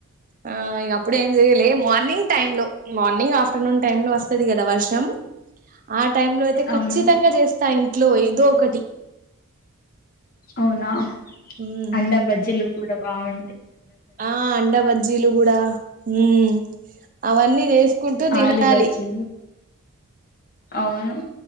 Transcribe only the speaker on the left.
అవును
అవునా
అండా బజ్జీలు కూడా బ్వాం
ఆలు
బజ్జీలు అవును